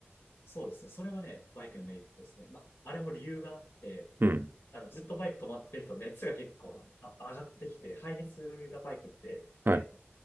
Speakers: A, on the left; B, on the right.
A: そうですね。それはね、バイクのメリットですね。まあ、あれも理由があって、
B: うん。
A: あの、ずっとバイク止まってると熱が結構あ上がってきて、排熱がバイクってね、
B: はい、